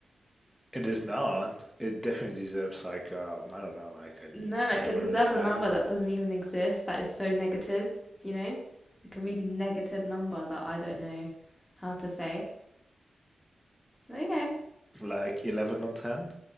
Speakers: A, in the centre; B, on the left (about 15°).
A: It is not. It definitely deserves like um I don't know like an
B: no, like
A: eleven
B: it deserves
A: on ten,
B: a number that doesn't even exist. That is so negative, you know, like a really negative number that I don't know how to say. Okay,
A: like eleven on ten.